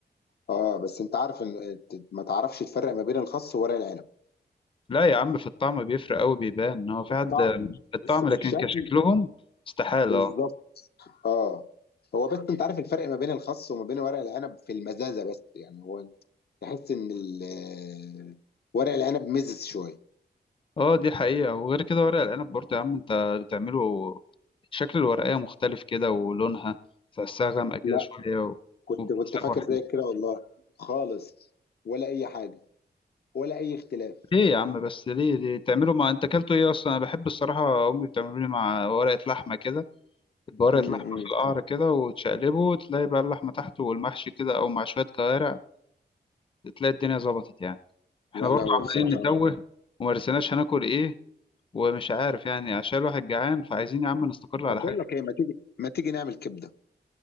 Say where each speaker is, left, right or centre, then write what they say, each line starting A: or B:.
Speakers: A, on the left; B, on the left.
A: اه بس انت عارف ان ما تعرفش تفرق ما بين الخس وورق العنب
B: لا يا عم في الطعم بيفرق قوي بيبان ان هو في
A: في
B: حد
A: الطعم
B: في الطعم
A: بس
B: لكن
A: في الشكل
B: كشكلهم استحالة
A: بالظبط
B: اه
A: اه هو بس انت عارف الفرق ما بين الخس وما بين ورق العنب في المزازه بس يعني هو تحس ان ال- آه، ورق العنب مزز شويه
B: اه دي حقيقة وغير كده ورق العنب برضه يا عم انت بتعمله شكل الورقية مختلف كده ولونها تحسها غامقة كده
A: لا
B: شوية و-
A: كنت
B: وبيتسوى
A: كنت فاكر
B: حلو
A: زيك كده والله خالص ولا اي حاجه ولا اي اختلاف
B: ليه يا عم بس ليه ليه تعملوا مع انت اكلته ايه اصلا انا بحب الصراحة امي بتعمله لي مع ورقة لحمة كده بورقة
A: امم
B: لحمة في القعر كده وتشقلبه وتلاقي بقى اللحمة تحته والمحشي كده أو مع شوية كوارع تلاقي الدنيا ظبطت يعني احنا
A: لا
B: برضو
A: لا هو
B: عمالين
A: بصراحه
B: نتوه ومرسناش هناكل ايه ومش عارف يعني عشان الواحد جعان فعايزين يا عم نستقر على
A: طب بقول
B: حاجة
A: لك ايه ما تيجي ما تيجي نعمل كبده